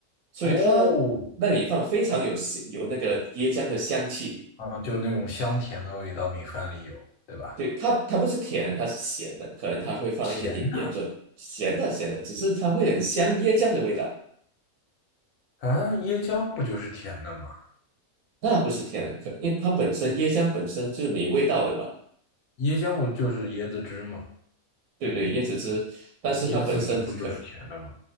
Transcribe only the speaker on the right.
所以它那米饭非常有香有那个椰浆的香气。
对，它它不是甜的，它是咸的，可能它会放一点点盐做咸的咸的，
只是它会很香椰浆的味道。
那不是天然可，因为它本身椰浆本身就是没味道的嘛。
对对，椰子汁，但是它本身可，